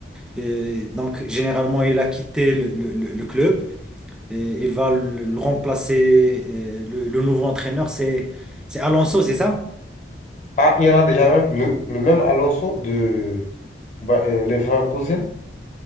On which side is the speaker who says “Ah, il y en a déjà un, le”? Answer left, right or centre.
Left